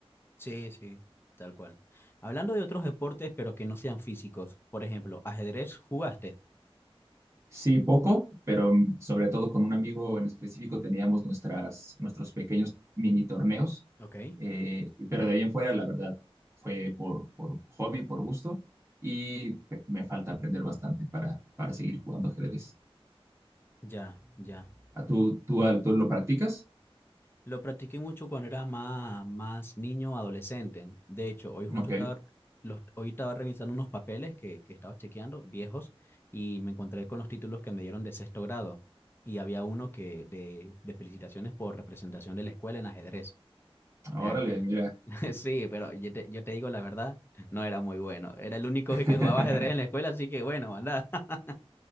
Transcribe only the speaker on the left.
Sí, sí. Tal cual. Hablando de otros deportes, pero que no sean físicos. Por ejemplo, ajedrez, ¿jugaste?
Ok.
Ya, ya.
Lo practiqué mucho cuando era más, más niño, adolescente. De hecho, hoy justo
estaba, los, hoy estaba revisando unos papeles que, que estaba chequeando, viejos, y me encontré con los títulos que me dieron de sexto grado. Y había uno que de, de felicitaciones por representación de la escuela en ajedrez.
Me ac-
<laughs> Sí, pero yo te, yo te digo la verdad, no era muy bueno. Era el único
que jugaba ajedrez en la escuela, así que bueno, anda. <laughs>